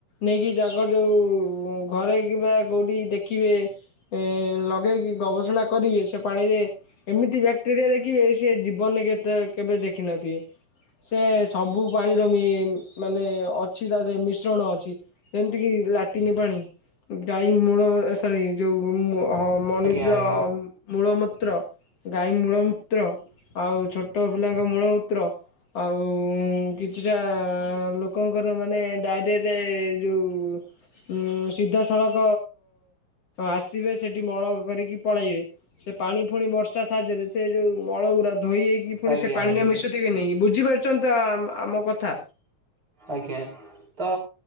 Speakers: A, on the left; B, on the right.
A: ନେଇକି ତାଙ୍କ ଯୋଉ ଘରେ କିବା କୋଉଠି ଦେଖିବେ ଏ ଲଗେଇକି ଗବେଷଣା କରିବେ ସେ ପାଣିରେ ଏମିତି ବ୍ୟାକ୍ଟେରିଆ ଦେ କିଏ ସେ ଜୀବନରେ କେତେ କେବେ ଦେଖିନଥିବେ। ସେ ସବୁ ପାଣିର ବି ଏମ୍ ମାନେ ଅଛି ତାରେ ମିଶ୍ରଣ ଅଛି। ଯେମିତି କି ଲାଟିନି ପାଣି। ଗାଈ ମୂଳ ସରି ଯୋଉ ମୁ ମନୁଷ୍ୟ
B: ଆଜ୍ଞା ଆଜ୍ଞା ଆଜ୍ଞା
A: ମୂଳମୂତ୍ର, ଗାଈ ମୂଳମୂତ୍ର ଆଉ ଛୋଟ ପିଲାଙ୍କ ମୂଳମୂତ୍ର ଆଉ କିଛିଟା ଲୋକ ଙ୍କର ମାନେ ଡାଇରେକ୍ଟ ଯୋଉ ଉଁ ସିଧାସଳଖ ଆସିବେ ସେଠି ମଳ କରିକି ପଳେଇବେ। ସେ ପାଣି ପୁଣି ବର୍ଷା ସାହାଯ୍ୟରେ ସେ ଯୋଉ ମଳ ଗୁରା ଧୋଇ ହେଇ କି ପୁଣି
B: ଆଜ୍ଞା
A: ସେ ପାଣିରେ
B: ଆଜ୍ଞା।
A: ମିଶୁଚି କି ନାହିଁ। ବୁଝିପାରୁଛନ୍ତି ତ ଆ ଆମ କଥା?
B: ଆଜ୍ଞା। ତ